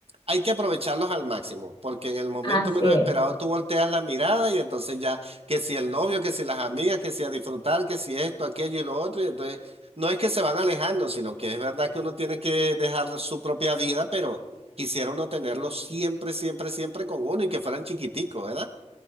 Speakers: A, on the right (about 55°); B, on the left (about 40°).
A: hay que aprovecharlos al máximo, porque en el momento
B: <laughs> Así
A: menos
B: es.
A: esperado tú volteas la mirada y entonces ya, que si el novio, que si las amigas, que si a disfrutar, que si esto, aquello y lo otro, y entonces no es que se van alejando, sino que es verdad que uno tiene que dejar su propia vida, pero quisiera uno tenerlos siempre, siempre, siempre con uno y que fueran chiquiticos, ¿verdad?